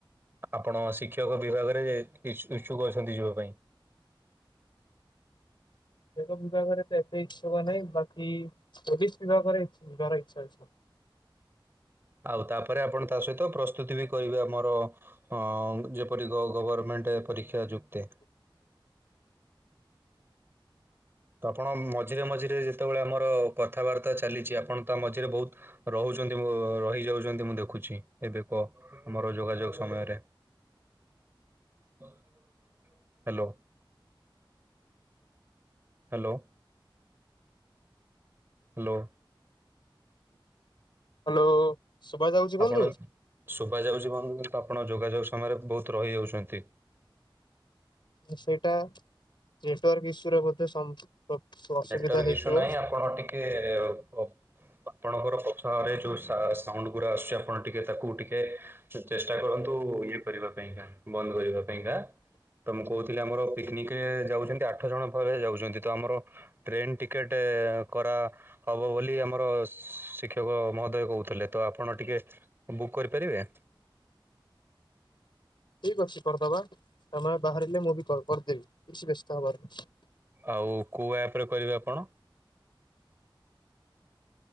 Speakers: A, on the right; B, on the left.
A: ଆପଣ ଶିକ୍ଷକ ବିଭାଗରେ ଇଚ୍ଛୁକ ଅଛନ୍ତି ଯିବା ପାଇଁ।
B: <unintelligible> ବିଭାଗରେ ତ ଏତେ ଇଚ୍ଛା ନାହିଁ ବାକି ପୋଲିସ ବିଭାଗରେ ଯିବାର ଇଚ୍ଛା ଅଛି।
A: ଆଉ ତାପରେ ଆପଣ ତା ସହିତ ପ୍ରସ୍ତୁତି ବି କରିବେ ଆମର ହଁ-ଅ-ଅ ଯେପରି ଗ ଗଭରମେଣ୍ଟ ପରୀକ୍ଷା ଯୁକ୍ତେ ତ ଆପଣ ମଝିରେ ମଝିରେ ଯେତେବେଳେ ଆମର କଥାବାର୍ତ୍ତା ଚାଲିଛି, ଆପଣ ତା ମଝିରେ ବହୁତ୍ ରହୁଛନ୍ତି, ରହି ଯାଉଛନ୍ତି ମୁଁ ଦେଖୁଛି, ଏବେ କଅ। ଆମର ଯୋଗାଯୋଗ ସମୟରେ, ହ୍ୟାଲୋ। ହ୍ୟାଲୋ। ହ୍ୟାଲୋ।
B: ହ୍ୟାଲୋ? ଶୁଭା ଯାଉଛି ବନ୍ଧୁ
A: ଆପଣ, ଶୁଭାଯାଉଛି <inaudible> ଆପଣ ଯୋଗାଯୋଗ ସମୟରେ ବହୁତ ରହି ଯାଉଚନ୍ତି।
B: ସେଇଟା, ନେଟୱାର୍କ ଇସ୍ୟୁର ବୋଧେ ସମ୍ ଅସୁବିଧା
A: ନେଟୱାର୍କ
B: ହେଇଥିବ
A: ଇସ୍ୟୁ ନାହିଁ, ଆପଣ ଟିକେ ଅପ୍ ଆପଣଙ୍କର ପଛଆଡେ ଯୋଉ ସା ସାଉଣ୍ଡ ଗୁଡା ଆସୁଛି, ଆପଣ ଟିକେ ତାକୁ ଟିକେ ଚେଷ୍ଟା କରନ୍ତୁ ଇଏ କରିବା ପାଇଁକା, ବନ୍ଦ କରିବା ପାଇଁକା। ତ ମୁଁ କହୁଥିଲି ଆମର ପିକନିକରେ ଯାଉଛନ୍ତି, ଆଠ ଜଣ ପରେ ଯାଉଛନ୍ତି। ତ ଆମର, ଟ୍ରେନ୍ ଟିକେଟ କରା ହବ ବୋଲି ଆମର ଶିକ୍ଷକ ମହୋଦୟ କହୁଥିଲେ, ତ ଆପଣ ଟିକେ ବୁକ୍ କରିପାରିବେ?
B: ଠିକ୍ ଅଛି କରିଦବା, ତମେ ବାହାରିଲେ ମୁଁ ବି କଲ୍ କରିଦେବି, କିଛି ବ୍ୟସ୍ତ ହେବାର ନାହିଁ।
A: ଆଉ କୋଉ ଆପରେ କରିବେ ଆପଣ?